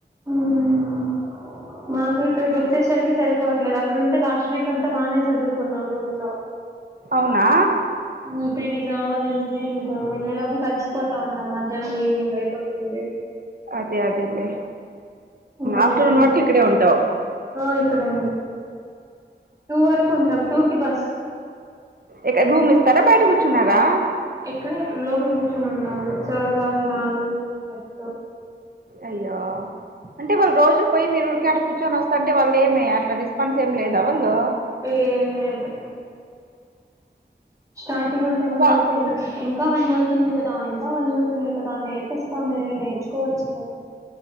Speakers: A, on the right (about 15°); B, on the right (about 55°).
A: మ్ మాకు ఇక్కడికి వచ్చేసరికి సరిపోవట్లేదు అక్కడంటే లాస్ట్ వీక్ అంతా బాగానే చదువుకున్నాం రూమ్లో
B: అవునా
A: మ్ పిడికి రావాలనే ఇంకా వెళ్ళేలోకి కలిసిపోతాం అన్నాం మధ్యాహ్నం ఈవినింగ్ అయిపోతుంది.
B: అదే అదేలే
A: ఇంకా
B: ఆఫ్టర్నూన్
A: వెళ్తా
B: వరకు ఇక్కడే ఉంటావు
A: ఆ ఇక్కడే టూ వరకు ఉంటాం టూ కి బస్
B: ఇక్కడ రూమ్ ఇస్తారా బయట కూర్చున్నారా
A: ఇక్కడ లోపల కూర్చొని ఉన్నాము సార్ వాళ్ళ రూమ్ ఇస్తారు.
B: అయ్యో అంటే వాళ్ళు రోజు పోయి మీరు ఉరికీ ఆడ కూర్చొన పెద్దవాళ్ళు ఏమ అట్లా రెస్పాన్స్ ఏం లేద వాళ్ళు
A: ఏం లేదు స్టార్టింగ్ అంతా ఏమన్నాదంటే
B: అబ్బా
A: ఇంకా వన్ మంత్ ఉంది కదా ఇంకా వన్ మంత్ ఉంది కదా నేర్పిస్తాంలే నేర్చుకోవచ్చులే